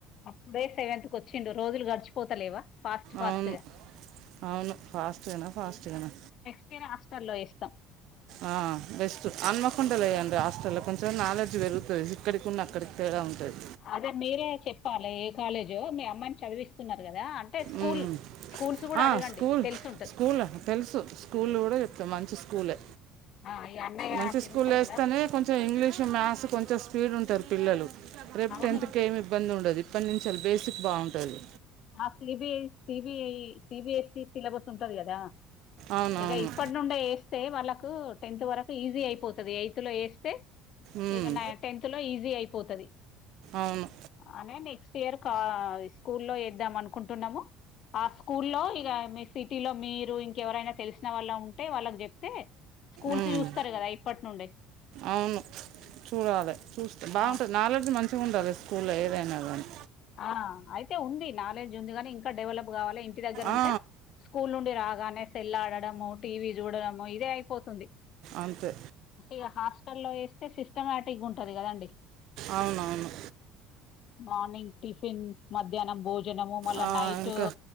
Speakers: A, on the left; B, on the right.
A: అప్పుడే సెవెంత్ కొచ్చిండు రోజులు గడిచిపోతలేవా ఫాస్ట్ ఫాస్ట్
B: అవును
A: గా
B: అవును ఫాస్ట్గనా ఫాస్ట్గనా
A: అందుకనే హాష్టల్లో ఏస్తం
B: ఆ బెస్టు అన్మకొండలేయండ్రి
A: ఈ-
B: హస్టల్ల కొన్ చం నాలడ్జ్ పెరుగుతది ఇక్కడికున్నక్కడికి తేడా ఉంటది
A: అదే మీరే చెప్పాలె ఏ కాలేజో మీ అమ్మాయిన్ చదివిస్ తున్నరు గదా అంటే స్కూల్
B: మ్మ్.
A: స్కూల్స్ గూడ
B: ఆ,
A: అడగండి
B: స్కూల్
A: తెలిసుంటది
B: స్కూల్ తెలుసు స్కూల్లు గూడ చెప్తం మంచి స్కూల్లే
A: ఆ ఈ అన్నయ్య
B: మంచి
A: తిరుగుతారు
B: స్కూల్లేస్తనే
A: కదా
B: కొం చం ఇంగ్లీషు మ్యాసు కొంచం స్పీడుంటరు పిల్లలు రేప్
A: అవును
B: టెన్త్ కేమిబ్బందుండదు ఇప్పన్నుంచొల్లి బేసిక్ బావుంటది
A: ఆ సిబి సిబిఐ సిబిఎస్సి సిలబస్ ఉంటది గదా
B: అవునవును
A: ఇగ ఇప్ప ట్నుండే ఏస్తే వాళ్ళకూ టెన్త్ వరకు ఈజీ అయిపోతది ఎయిత్లో ఏస్తే
B: మ్మ్.
A: ఇగ నా టెన్త్ లో ఈజీ అయిపోతాది
B: అవును
A: అనే నెక్స్ట్ ఇయర్ కా స్కూల్లో యేద్దామనుకుంటున్నాము ఆ స్కూల్లో ఇక మీ సిటీలో మీరు ఇంకెవరైనా తెలిసిన వాళ్ళ ఉంటే వాళ్ళకి చెప్తే స్కూల్స్
B: మ్మ్.
A: చూస్తారు కదా ఇప్పటి నుండే
B: అవును చూడాలే చూస్తే బాగుంటాది
A: ఆ
B: నాలెడ్జ్ మంచిగా ఉండాలే స్కూల్లో ఏదైనా కానీ
A: ఆ అయితే ఉంది నాలెడ్జ్ ఉంది కాని ఇంకా డెవలప్ కావాలే ఇంటి దగ్గర ఉంటే
B: ఆ,
A: స్కూల్ నుండి రాగానే సెల్ల్ ఆడడము టీవీ చూడడము ఇదే అయిపోతుంది
B: అంతే
A: మళ్ళా హాస్టల్లో వేస్తే సిస్టమాటిక్ గా ఉంటది కదండి
B: అవునవును
A: మార్నింగ్ టిఫిన్ మధ్యాహ్నం భోజన భోజనము మళ్ళా
B: ఆ,
A: నైట్
B: ఇంకా